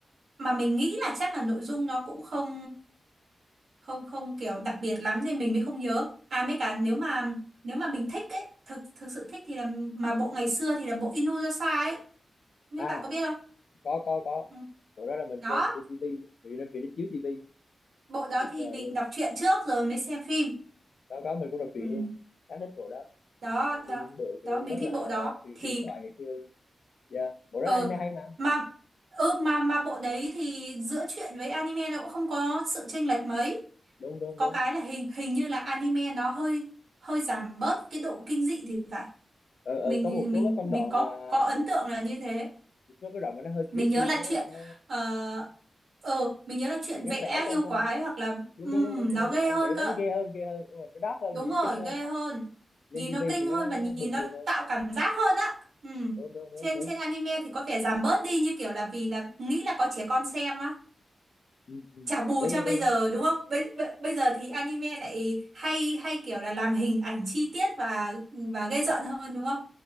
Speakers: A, on the right; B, on the left.
A: mà mình nghĩ là chắc là nội dung nó cũng không không không kiểu đặc biệt lắm nên mình mới không nhớ à mấy cả nếu mà nếu mà mình thích ấy thực thực sự thích thì là mà bộ ngày xưa thì là bộ Inuyasha ấy mấy
B: à
A: bạn có biết không
B: có có có
A: ừ.
B: bộ đó là mình
A: đó
B: xem trên tivi vì nó vì nó chiếu tivi
A: bộ đó
B: tuyệt
A: thì
B: vời
A: mình
B: luôn
A: đọc truyện trước rồi mới xem phim
B: có có mình cũng đọc truyện
A: ừ.
B: luôn khá thích bộ đó
A: đó
B: một trong
A: đó
B: những bộ kiểu
A: đó mình
B: rất
A: thích
B: là
A: bộ đó
B: huyền
A: thì
B: huyền thoại ngày xưa luôn dạ bộ rất
A: ờ
B: anime hay mà
A: mà ừ, mà mà bộ đấy thì giữa truyện với anime nó cũng không có sự chênh lệch mấy
B: đúng đúng
A: có
B: đúng
A: cái là hình hình như là anime nó hơi hơi giảm bớt cái độ kinh dị thì phải
B: ờ, ờ,
A: mình
B: có một số
A: mình
B: các phân
A: mình
B: đoạn
A: có
B: mà
A: có ấn tượng là như thế
B: một số cái đoạn mà nó hơi creepy
A: mình nhớ là
B: quá
A: chuyện
B: là nó
A: ờ ờ, mình nhớ là chuyện
B: thì nó
A: vẽ
B: vẽ con
A: yêu
B: con
A: quái hoặc là
B: đúng
A: ừm,
B: đúng đúng đúng mình
A: nó
B: đang
A: ghê
B: định nói
A: hơn
B: vẽ
A: cơ
B: quá nó ghê hơn ghê hơn đúng rồi nó dark hơn
A: đúng
B: nhìn nó
A: rồi
B: kinh hơn
A: ghê hơn
B: lên
A: nhìn
B: tivi
A: nó kinh
B: thì
A: hơn
B: nó
A: và nhìn
B: bình
A: nó
B: thường hơn
A: tạo cảm giác hơn á Ừm.
B: đúng đúng đúng
A: trên
B: đúng
A: trên anime thì có vẻ giảm bớt đi như kiểu là vì là nghĩ là có trẻ con xem á
B: ừ, ừ.
A: chả bù
B: đúng
A: cho
B: đúng
A: bây
B: đúng
A: giờ đúng không? Bây, bây, bây giờ thì anime lại hay hay kiểu là làm hình ảnh chi tiết và và gây giận hơn đúng không?